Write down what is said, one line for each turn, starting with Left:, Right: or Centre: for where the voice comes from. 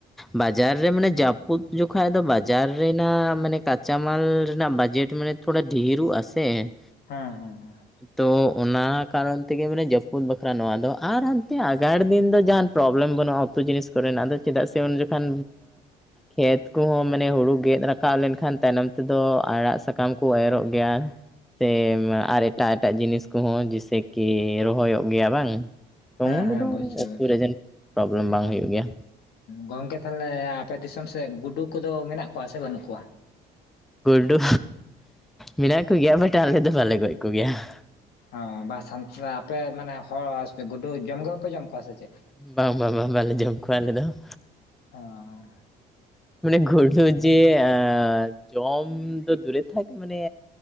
Centre: ᱵᱟᱡᱟᱨ ᱨᱮ ᱢᱟᱱᱮ ᱡᱟᱹᱯᱩᱫ ᱡᱚᱠᱷᱟᱡ ᱫᱚ ᱵᱟᱡᱟᱨ ᱨᱮᱱᱟᱜ ᱢᱟᱱᱮ ᱠᱟᱸᱪᱟ ᱢᱟᱞ ᱨᱮᱱᱟᱜ ᱵᱟᱡᱮᱴ ᱢᱟᱱᱮ ᱛᱷᱚᱲᱟ ᱰᱷᱤᱨᱩᱜ ᱟᱥᱮ ᱾
Left: ᱦᱮᱸ ᱦᱮᱸ ᱦᱮᱸ
Centre: ᱛᱚ ᱚᱱᱟ ᱠᱟᱨᱚᱱ ᱛᱮᱜᱮ ᱢᱟᱱᱮ ᱡᱟᱹᱯᱩᱫ ᱵᱟᱠᱷᱨᱟ ᱱᱚᱣᱟ ᱫᱚ ᱟᱨ ᱦᱟᱱᱛᱮ ᱟᱜᱟᱲ ᱫᱤᱱ ᱫᱚ ᱡᱟᱦᱟᱱ ᱯᱨᱚᱵᱞᱮᱢ ᱵᱟᱹᱱᱩᱜᱼᱟ ᱾ ᱛᱚ ᱡᱤᱱᱤᱥ ᱠᱚᱨᱮᱱᱟᱜ ᱪᱮᱫᱟᱜ ᱥᱮ ᱩᱱ ᱡᱚᱠᱷᱚᱱᱼᱼ ᱠᱷᱮᱛ ᱠᱚᱦᱚᱸ ᱢᱟᱱᱮ ᱦᱩᱲᱩ ᱜᱮᱫ ᱨᱟᱠᱟᱵ ᱞᱮᱱᱠᱷᱟᱱ ᱛᱟᱭᱱᱚᱢ ᱛᱮᱫᱚ ᱟᱲᱟᱜ ᱥᱟᱠᱟᱢ ᱠᱚ ᱮᱨᱚᱜ ᱜᱮᱭᱟ ᱾ ᱥᱮ ᱟᱨ ᱮᱴᱟᱜ ᱮᱴᱟᱜ ᱡᱤᱱᱤᱥ ᱠᱚᱦᱚᱸ ᱡᱮᱥᱮ ᱠᱤ ᱨᱚᱦᱚᱭᱚᱜ ᱜᱮᱭᱟ ᱵᱟᱝ ᱛᱚ
Left: ᱦᱮᱸ
Centre: ᱚᱸᱰᱮ
Left: ᱦᱮᱸ
Centre: ᱫᱚ
Left: ᱚᱵᱚᱥᱥᱳᱭ
Centre: ᱩᱛᱩᱳ
Left: ᱚᱵᱚᱥᱥᱳᱭ
Centre: ᱨᱮᱡᱮᱱᱴ ᱯᱨᱚᱵᱞᱮᱢ ᱵᱟᱝ ᱦᱩᱭᱩᱜ ᱜᱮᱭᱟ ᱾
Left: ᱜᱚᱝᱠᱮ ᱛᱟᱦᱚᱞᱮ ᱟᱯᱮ ᱫᱤᱥᱚᱢ ᱥᱮᱫ ᱜᱩᱰᱩ ᱠᱚᱫᱚ ᱢᱮᱱᱟᱜ ᱠᱚᱣᱟ ᱥᱮ ᱵᱟᱹᱱᱩᱜ ᱠᱚᱣᱟ ᱾
Centre: ᱜᱩᱰᱩ ᱢᱮᱱᱟᱜ ᱠᱚᱜᱮᱭᱟ ᱵᱟᱴ ᱟᱞᱮ ᱫᱚ ᱵᱟᱞᱮ ᱜᱚᱡ ᱠᱚᱜᱮᱭᱟ ᱾
Left: ᱚ ᱵᱟ ᱥᱟᱱᱛᱟᱲ ᱟᱯᱮ ᱢᱟᱱᱮ ᱦᱚᱲᱯᱮ ᱜᱩᱰᱩ ᱡᱚᱢ ᱜᱮ ᱵᱟᱯᱮ ᱡᱚᱢ ᱠᱚᱣᱟ ᱥᱮ ᱪᱮᱫ?
Centre: ᱵᱟᱝ ᱵᱟᱝ ᱵᱟᱝ ᱵᱟᱞᱮ ᱡᱚᱢ ᱠᱚᱣᱟ ᱟᱞᱮ ᱫᱚ ᱾
Left: ᱦᱟ <unintelligible>
Centre: ᱚᱱᱤ ᱜᱩᱰᱩ ᱡᱤᱞ ᱡᱚᱢ ᱫᱚ ᱫᱩᱨᱮ ᱛᱷᱟᱠ ᱢᱟᱱᱮᱼᱼ